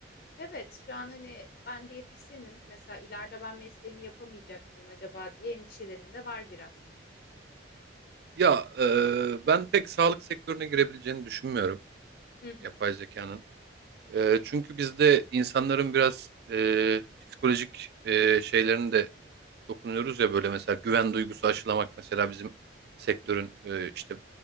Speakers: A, on the left; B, on the right.
A: Evet, şu an hani ben diyetisyenim. Mesela ileride ben mesleğimi yapamayacak mıyım acaba diye endişelerim de var biraz.
B: Ya e, ben pek sağlık sektörüne girebileceğini düşünmüyorum
A: Hı hı.
B: yapay zekanın. E, çünkü bizde insanların biraz e, psikolojik e, şeylerini de dokunuyoruz ya böyle mesela güven duygusu aşılamak mesela bizim sektörün e, işte